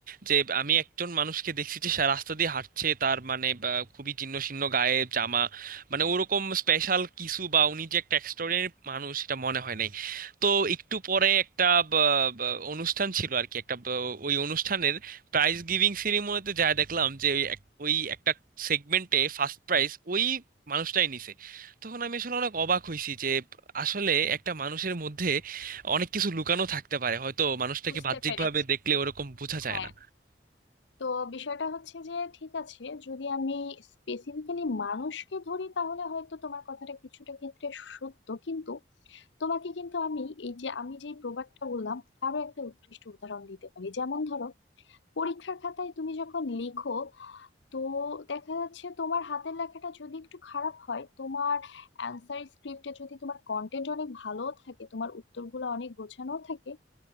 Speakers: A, on the right; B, on the left.
A: যে আমি একজন মানুষকে দেখছি যে সে রাস্তা দিয়ে হাঁটছে তার মানে বা, খুবই ছিন্ন ছিন্ন গায়ে জামা মানে ওরকম স্পেশাল কিছু বা উনি যে একটা এক্সট্রাঅর্ডিনারি মানুষ সেটা মনে হয় নাই তো একটু পরে একটা বা, বা, অনুষ্ঠান ছিল আর কি একটা বা, ওই অনুষ্ঠানের প্রাইজ গিভিং সেরিমনিতে যা দেখলাম যে ওই এক- ওই একটা সেগমেন্টে ফার্স্ট প্রাইজ ওই মানুষটাই নিছে তখন আমি আসলে অনেক অবাক হয়েছি যে আসলে একটা মানুষের মধ্যে অনেক কিছু লুকানো থাকতে পারে হয়তো মানুষটাকে
B: বুঝতে
A: বাহ্যিকভাবে
B: পেরেছি
A: দেখলে ওরকম বোঝা যায়
B: হ্যাঁ,
A: না
B: তো বিষয়টা হচ্ছে যে ঠিক আছে যদি আমি স্পেসিফিক্যালি মানুষকে ধরি তাহলে হয়তো তোমার কথাটা কিছুটা ক্ষেত্রে সত্য কিন্তু তোমাকে কিন্তু আমি এই যে আমি যে প্রবাদটা বললাম তারও একটা উৎকৃষ্ট উদাহরণ দিতে পারি যেমন ধরো পরীক্ষার খাতায় তুমি যখন লিখো তো দেখা যাচ্ছে তোমার হাতের লেখাটা যদি একটু খারাপ হয় তোমার অ্যান্সার স্ক্রিপ্টে যদি তোমার কন্টেন্ট অনেক ভালো থাকে তোমার উত্তরগুলো অনেক গোছানো থাকে